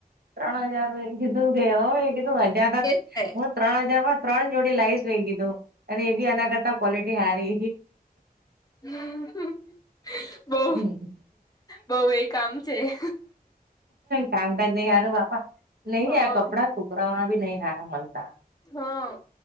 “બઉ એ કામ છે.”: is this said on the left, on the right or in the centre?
Left